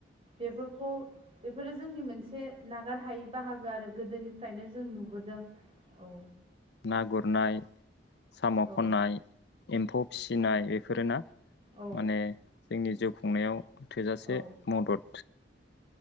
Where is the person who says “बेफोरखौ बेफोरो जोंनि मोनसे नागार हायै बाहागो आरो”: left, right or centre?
Right